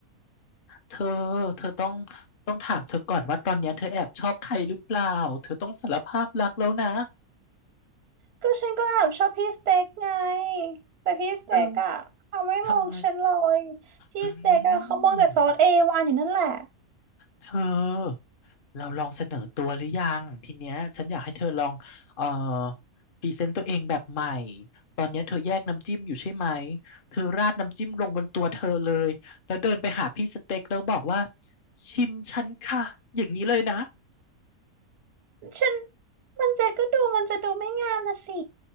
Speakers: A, on the left (about 45°); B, on the right (about 60°).
A: เธอเธอต้องต้องถามเธอก่อนว่าตอนเนี้ยเธอแอบชอบใครหรือเปล่าเธอต้องสารภาพรักแล้วนะ
B: ก็ฉันก็แอบชอบพี่สเต็กไงแต่พี่สเต็กอะเขาไม่มองฉันเลย
A: เออทำไม
B: พี่สเต็กอะเขามองแต่ซอสเอวานอยู่นั่นแหละ
A: อืม เธอ เราลองเสนอตัวหรือยังทีเนี้ยฉันอยากให้เธอลองเอ่อพรีเซนต์ตัวเองแบบใหม่ตอนเนี้ยเธอแยกน้ำจิ้มอยู่ใช่ไหมเธอราดน้ำจิ้มลงบนตัวเธอเลยแล้วเดินไปหาพี่สเต็กแล้วบอกว่าชิมฉันค่ะอย่างนี้เลยนะ
B: ฉันมันจะก็ดูมันจะดูไม่งามนะสิ